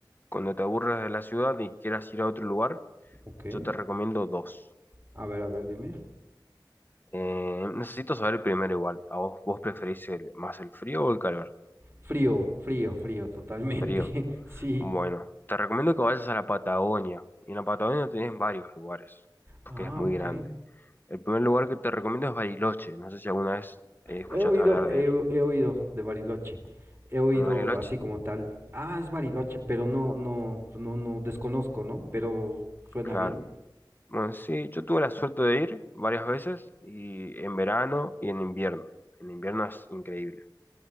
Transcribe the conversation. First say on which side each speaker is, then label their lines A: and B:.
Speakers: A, on the left; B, on the right.
A: cuando te aburres de la ciudad y quieras ir a otro lugar,
B: Ok.
A: yo te recomiendo dos.
B: A ver, a ver, dime.
A: Eh, necesito saber primero igual, ¿a vos, vos preferís el- más el frío o el calor?
B: Frío, frío, frío, totalmente.
A: Frío.
B: <laughs> Sí.
A: Bueno, te recomiendo que vayas a la Patagonia. Y en la Patagonia tenés varios lugares, porque
B: Ah,
A: es muy
B: ok.
A: grande. El primer lugar que te recomiendo es Bariloche. No sé si alguna vez eh, escuchaste
B: He oído,
A: hablar
B: he,
A: de él.
B: he oído de Bariloche. He oído
A: Bueno, Bariloche,
B: así como tal. Ah, es Bariloche, pero no, no, no, no, desconozco, ¿no? Pero suena
A: claro.
B: bien.
A: Bueno, sí, yo tuve la suerte de ir varias veces, y en verano y en invierno. En invierno es increíble.